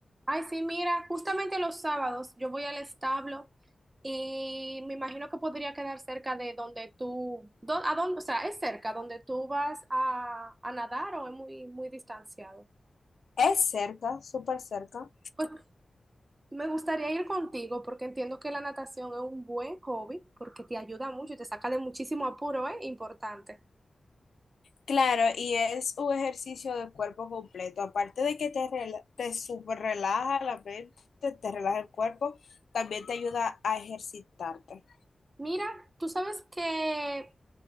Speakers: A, on the right; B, on the left.
A: ay, sí, mira, justamente los sábados yo voy al establo y me imagino que podría quedar cerca de donde tú, do- a dónde, o sea, es cerca donde tú vas a, a nadar o es muy, muy distanciado.
B: Es cerca, súper cerca.
A: pues Me gustaría ir contigo porque entiendo que la natación es un buen hobby porque te ayuda mucho y te saca de muchísimo apuro, ¿eh? Importante.
B: Claro, y es un ejercicio de cuerpo completo. Aparte de que te, rela- te súper relaja la mente, te relaja el cuerpo, también te ayuda a ejercitarte.
A: Mira, tú sabes que